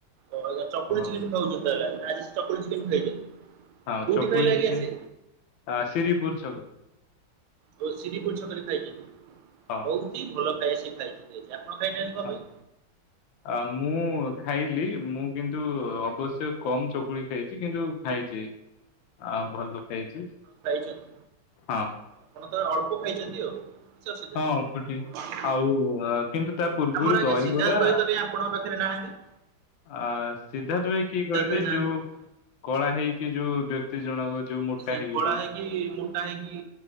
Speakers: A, on the right (about 85°); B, on the left (about 75°).
A: ଓ ଚକୁଲ
B: ହଁ
A: ଚିକେନ ଖାଉଛନ୍ତି ହେ ଆଜି ଚକୁଲ ଚିକେନ ଖାଇଛନ୍ତି।
B: ହଁ
A: କୋଉଠି
B: ଚକୁଳିି
A: ଖାଇଲେ
B: ଚିକେନ
A: ଆଜ୍ଞା ସେ?
B: ଆ ଶିରିପୁର ସୁ
A: ହ ସିରିପୁୁର ଛକରେ ଖାଇଛନ୍ତି
B: ହଁ
A: ବହୁତ ହି ଭଲ ଖାଇ ସେ ଖାଇଛନ୍ତି। ଖାଇନାହାନ୍ତି କଣ
B: ହଁ
A: ପାଇଁ?
B: ଆ ମୁଁ ଖାଇଲି ମୁଁ କିନ୍ତୁ ଅବଶ୍ୟ କମ୍ ଚକୁଳି ଖାଇଛି କିନ୍ତୁ ଖାଇଛି। ଆଁ ଭଲ ଖାଇଛି।
A: ଖାଇଛନ୍ତି
B: ହଁ
A: ଆପଣ ତ ଅଳ୍ପ ଖାଇଛନ୍ତି ଆଉ। ଅସବିଧଁ
B: ହଁ ଅଳ୍ପ ଟିକେ ଆଉ ଅ, କିନ୍ତୁ ତା ପୂର୍ବରୁ
A: ଆମର ଆଜ୍ଞା
B: ଦହିବରା
A: ସିଦ୍ଧାର୍ଥ ଭହି ତ ଆପଣଙ୍କ ପାଖରେ ନାହିଁ। ଆ
B: ଆ ସିଦ୍ଧାର୍ଥ ଭାଇ କିଏ କହିଲେ
A: ଭାଇ ନାହାନ୍ତି।
B: ଯୋଉ କଳା ହେଇକି ଯୋଉ ବ୍ୟକ୍ତି ଜଣକ? ଯୋଉ ମୋଟା
A: ସେ
B: ହେ
A: କଳା
B: ଟ
A: ହେଇକି ମୋଟା ହେଇକି